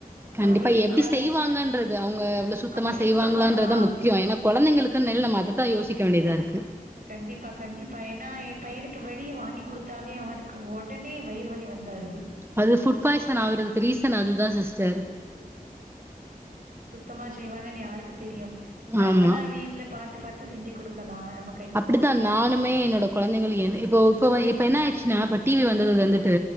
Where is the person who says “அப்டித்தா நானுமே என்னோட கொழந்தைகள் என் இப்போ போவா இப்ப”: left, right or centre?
Right